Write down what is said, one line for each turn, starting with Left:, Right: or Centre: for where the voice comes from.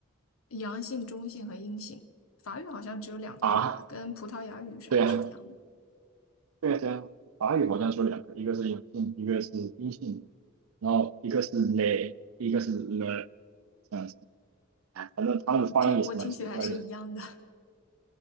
Left: 阳性、中性和阴性。法语好像只有两个吧，
Right: 啊，
Left: 跟葡萄牙语什么是一样的。
Right: 对啊，对啊对啊，法语好像就两个，一个是阳性，一个是阴性，然后一个是 le，一个是 le，这样子。哎反正他们的发音也是蛮奇怪的。
Left: 我听我听起来是一样的，